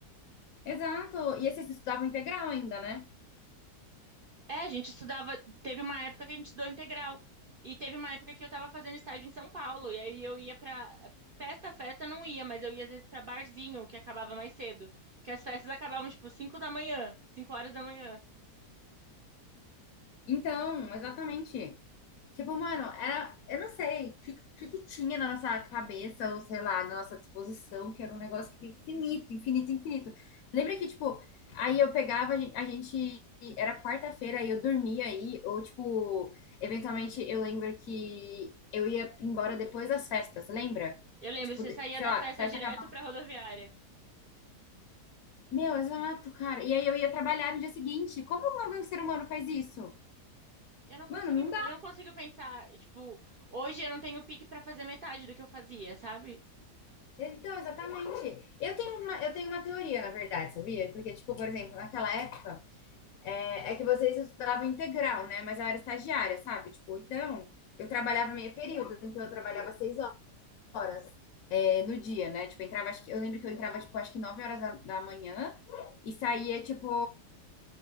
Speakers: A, on the left (about 70°); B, on the right (about 55°).
A: Exato. E esses estudavam integral ainda, né?
B: É, a gente estudava. Teve uma época que a gente estudou integral. E teve uma época que eu tava fazendo estágio em São Paulo. E aí eu ia pra. Festa, festa eu não ia, mas eu ia às vezes pra barzinho, que acabava mais cedo. Porque as festas acabavam, tipo, 5 da manhã, 5 horas da manhã.
A: Então, exatamente. Tipo, mano, era, eu não sei o que, que, que tinha na nossa cabeça, ou sei lá, na nossa disposição, que era um negócio tipo, infinito, infinito, infinito. Lembra que, tipo, aí eu pegava, a gen- a gente, era quarta-feira, e eu dormia aí, ou, tipo, eventualmente eu lembro que eu ia embora depois das festas, lembra?
B: Eu lembro,
A: Tipo,
B: você
A: de-
B: saía
A: sei
B: da
A: lá,
B: festa
A: festa
B: direto
A: acabava.
B: pra rodoviária.
A: Meu, exato, cara. E aí eu ia trabalhar no dia seguinte. Como algum ser humano faz isso?
B: Eu não consigo,
A: Mano,
B: eu
A: não
B: não consigo pensar, tipo, hoje eu não tenho pique pra fazer metade do que eu fazia, sabe?
A: Então, exatamente. Eu tenho uma, eu tenho uma teoria, na verdade, sabia? Porque, tipo, por exemplo, naquela época, é, é que vocês estudavam integral, né? Mas eu era estagiária, sabe? Tipo, então, eu trabalhava meio período, então eu trabalhava seis horas, é, no dia, né? Tipo, eu entrava, acho que, eu lembro que eu entrava, tipo, acho que nove horas da, da manhã e saía, tipo,